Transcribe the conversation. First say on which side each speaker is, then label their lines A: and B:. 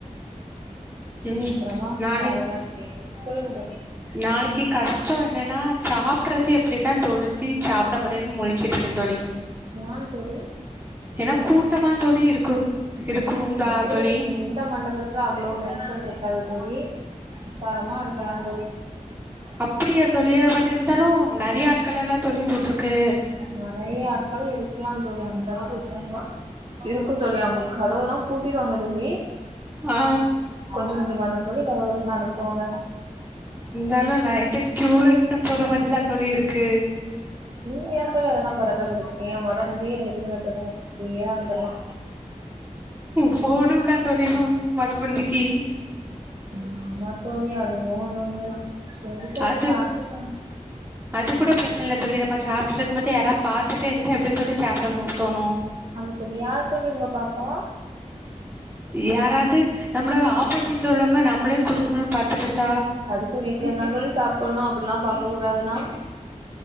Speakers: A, on the right (about 15°); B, on the right (about 45°).
A: ம்
B: அப்புறமா
A: நாளைக்
B: வேற என்ன <unintelligible> சொல்லுங்க தோழி
A: நாளைக்கு கஷ்ட என்னனா சாப்டறது எப்டிதா தொழுத்தி சாப்ட அப்றன் முழ்ச்சிட்ருக்க தோழி
B: ஏ தோழி
A: ஏன்னா கூட்டமா தோழி இருக்கு இருக்கும்டா
B: அது
A: தோழி
B: இந்த மண்டபத்துல அவ்வளவு நெரிசல் இருக்காது தோழி விசாரமா இருக்கலா தோழி
A: அப்டியா தோழி பட் இருந்தாலு நெறய ஆட்களல்ல தோழி கூப்ட்ருக்கு
B: நெறய ஆட்கள் இருக்கலா தோழி அந்த அளவுக்கு விசாரமா இருக்கு தோழி அவங்க கதவல்லா பூட்டிருவாங்க தோழி
A: ஆ
B: கொஞ்சோ கொஞ்சோமாதா தோழி கதவ தொறந்து அனுப்புவாங்க
A: இருந்தாலு லைன்ல கியூல நின்னு போற மாதிரி தா தோழி இருக்கு
B: நீ ஏ தோழி அதெல்லா பதட்டப்படுத்துறீங்க மொத பந்தியே எழுந்துடுங்க தோழி ஃப்ரீயா இருந்துரலா
A: போனுல தோழி மொத பந்திக்கு
B: ஆமா தோழி அதுவு <unintelligible> சரி தோழி
A: அது
B: பாத்துக்கங்க
A: அது கூட பிரச்சன இல்ல தோழி நம்ம சாப்ட்டு இருக்கு போது யாராது பாத்துட்டு இருந்தா எப்டி தோழி சாப்ட தோணு
B: ஆமா தோழி யாரு தோழி உங்கள பாத்தா
A: யாராவது நம்மள ஆப்போசிட்ல உள்ளவங்க நம்மளே குறுகுறுனு பாத்துட்டு இருந்தா
B: அடுத்த வீட்ல நம்மளு சாப்புட்ணு அப்டிலா பாக்க கூடாதுனா